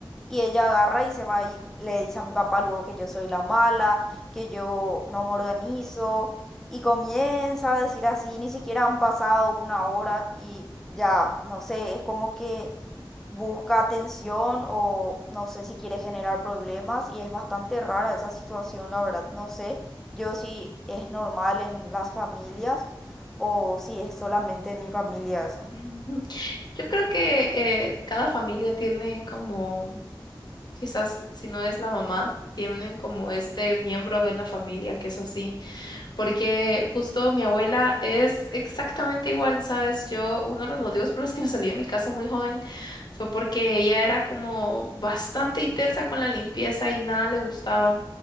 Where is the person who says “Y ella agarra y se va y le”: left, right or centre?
Centre